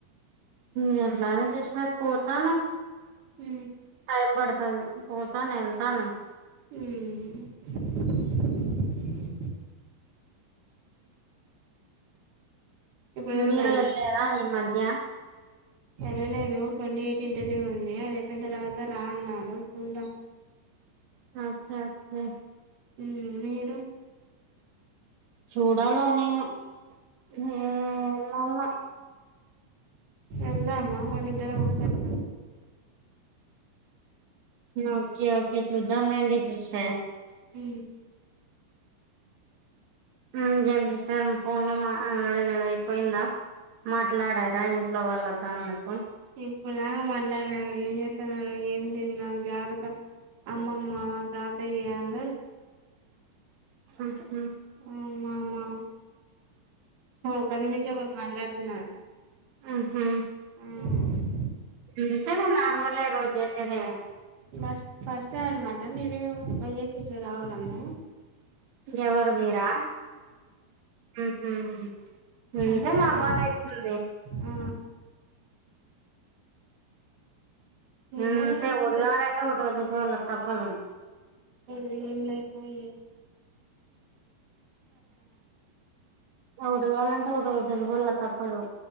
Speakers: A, on the right; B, on the right.
A: వెళ్ళాలి సిస్టర్ పోతాను
B: ఉ
A: టైమ్ పడతాది పోతాను వెళ్తాను
B: హ్మ్ ఇప్పుడు వెళ్తారా
A: మీరు వెళ్ళారా ఈ మధ్య
B: వెళ్లలేదు ట్వంటీ ఎయిట్ ఇంటర్వ్యూ ఉంది అది అయిపోయిన తర్వాత రా అన్నాను చూద్దాం
A: ఓకే కే
B: ఉ మీరు
A: చూడాలా నేను హేయ్ ఎల్లల్లా
B: ఎలదామా మరి ఇద్దరం ఒగసారి
A: ఓకే ఓకే చూద్దాం లేండి సిస్టర్
B: ఉ
A: ఇంకేం చేశారు ఫోన్ లో మా అయిపోయిందా మాట్లాడారా ఇంట్లో వాళ్ళతో అందుకు
B: ఇప్పుడు దాక మాట్లాడిన ఏం చేస్తన్నారో ఏం తిన్నావు జాగ్రత్త అమ్మమ్మ తాతయ్య అందరు
A: అ
B: అ మామా ఒకరినిమించి ఒకరు మాట్లాడుతున్నారు
A: మ్ హ్
B: మ్
A: అంతేలే నార్మలే రోజ్ చేసేదేగ
B: బస్ ఫస్ట్ టైం అన్నమాట నేను ఫైస సీట్లో రావడము.
A: ఎవరు మీరా మ్ హ్ ఇంతే
B: అన్న పోయి
A: అలవాటైతుంది
B: ఆ
A: మ్
B: ఎందులోని
A: అంతే ఒకటి
B: సిస్టర్
A: గాలంటే ఒకటి వలుదుకోలా తప్పదు.
B: ఇది ఏం లైఫో ఏమో
A: ఆ ఒకటి కావాలంటే ఒకటి వదుకోవాలా తప్పదు.